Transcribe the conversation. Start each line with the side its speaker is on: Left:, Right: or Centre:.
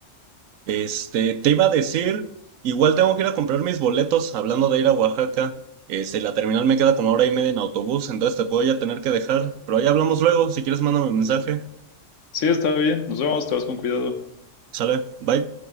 Right: Este, te iba a decir, igual tengo que ir a comprar mis boletos, hablando de ir a Oaxaca, este, la terminal me queda como hora y media en autobús, entonces te voy a tener que dejar, pero ahí hablamos luego, si quieres mándame un mensaje,
Left: Sí, está bien. Nos vemos, te vas con cuidado.
Right: sale, bye.